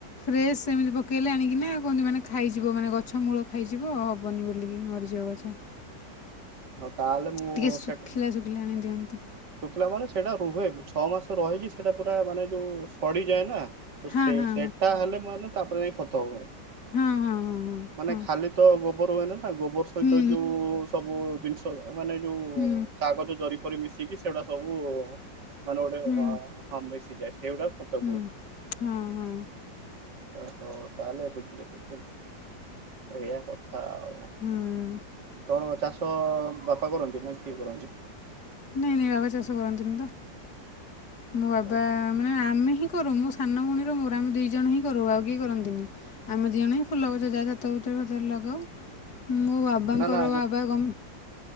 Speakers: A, on the left; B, on the right.
A: ଫ୍ରେଶ ସେମିତି ପକେଇଲେ ଆଣିକିନା କୁହନ୍ତି ମାନେ ଖାଇଯିବ ମାନେ ଗଛ ମୂଳ ଖାଇଯିବ ହବନି ବେଲିକି ମରିଯିବ ଗଛ।
B: ତାଏଲେ ମୁଁ
A: ଟିକେ ଶୁଖିଲା
B: ସେ
A: ଶୁଖିଲା ଆଣି ଦିଅନ୍ତି
B: ଶୁଖିଲା ମାନେ ସେଇଟା ରୁହେ ଛଅ ମାସ ରହିକି ସେଇଟା ପୁରା ମାନେ ଯୋଉ ସଡି ଯାଏ ନା। ତ
A: ହଁ
B: ସେ
A: ହଁ
B: ସେଟା ହେଲେ ମାନେ ତାପରେ ଯାଇ ଖତ ହୁଏ।
A: ହଁ ହଁ
B: ମାନେ
A: ହଁ ହଁ ହଁ ହଁ
B: ଖାଲି ତ ଗୋବର ହୁଏନି। ନା ଗୋବର ସହିତ
A: ହୁଁ
B: ଯୋଉ ସବୁ ଜିନିଷ ମାନେ ଯୋଉ
A: ହୁଁ
B: କାଗଜ ଜରିଫରି ମିଶିକି। ସେଗୁଡା ସବୁ। ମାନେ ଗୋଟେ
A: ହୁଁ ହୁଁ
B: ଆ ହଁ ମିଶି ଯାଏ ସେଇଗୁଡା ଖତ
A: ହୁଁ
B: କୁହନ୍ତି।
A: ହଁ ହଁ
B: ଓହୋ ତାହଲେ ବୁଝିଲି ବୁଝିଲି ଏଇଆ କଥା ଆଉ।
A: ହୁଁ
B: ତ ଚାଷ ବାପା କରନ୍ତି ନା କିଏ କରନ୍ତି?
A: ନାଇଁ ନାଇଁ ବାବା ଚାଷ କରନ୍ତିନି ତ ମୋ ବାବା
B: ଓହୋ
A: ମାନେ ଆମେ ହିଁ। କରୁ ମୋ ସାନ ଭଉଣୀ ମୋର ଆମେ ଦି ଜଣ ହିଁ କରୁ ଆଉ କିଏ କରନ୍ତିନ ଆମେ ଦି ଜଣ ହି ଫୁଲ ଗଛ ଯାହା ଛାତ ଫା ତ ରେ ଲଗାଉ ମୋ ବାବା
B: ନା
A: ଙ୍କର
B: ନା
A: ବାବା ଗ